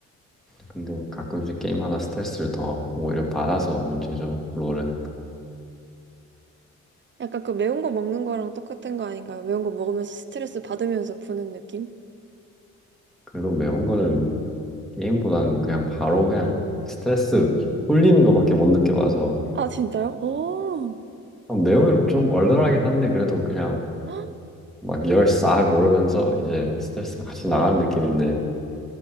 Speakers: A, in the centre; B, on the right.
A: 근데 가끔씩 게임하다 스트레스를 더 오히려 받아서 문제죠, 롤은.
B: 약간 그 매운 거 먹는 거랑 똑같은 거 아닌가요? 매운 거 먹으면서 스트레스 받으면서 푸는 느낌?
A: 그래도 매운 거는 게임보다는 그냥 바로 그냥 스트레스 풀리는 거밖에 못 느껴봐서
B: 아, 진짜요? 오. 헉,
A: 아, 매우면 좀 얼얼하긴 한데 그래도 그냥
B: <gasps>
A: 막 열 싹 오르면서 이제 스트레스가 같이 나가는 느낌인데